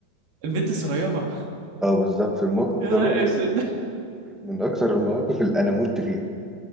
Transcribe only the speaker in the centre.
اه بالظبط في الموقف
ده
برضو
من اكثر المواقف اللي انا مت فيها